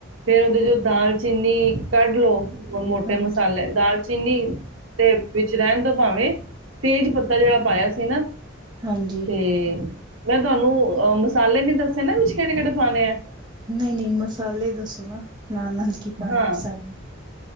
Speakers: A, on the right; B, on the right.
A: ਫੇਰ ਉਹਦੇ ਚੋ ਦਾਲਚੀਨੀ ਕੱਢ ਲੋ। ਵ ਮੋਟੇ
B: ਹਾਂਜੀ।
A: ਮਸਾਲੇ ਦਾਲ ਚੀਨੀ ਤੇ ਵਿੱਚ ਰਹਿਣ ਦਾ ਭਾਵੇਂ ਤੇਜ਼ ਪੱਤਾ ਜਿਹੜਾ ਪਾਇਆ ਤੇ ਨਾ
B: ਹਾਂਜੀ
A: ਤੇ ਮੈਂ ਤੁਹਾਨੂੰ ਅ ਮਸਾਲੇ ਨੀ ਦੱਸੇ ਨਾ ਵਿੱਚ ਕਿਹੜੇ ਕਿਹੜੇ ਪਾਣੇ ਐ।
B: ਨਹੀਂ-ਨਹੀਂ ਮਸਾਲੇ ਦੱਸੋ ਨਾ ਨਾਲ-ਨਾਲ। ਕੀ ਪਣਾ
A: ਹਾਂ
B: ਵੇਂ <unintelligible>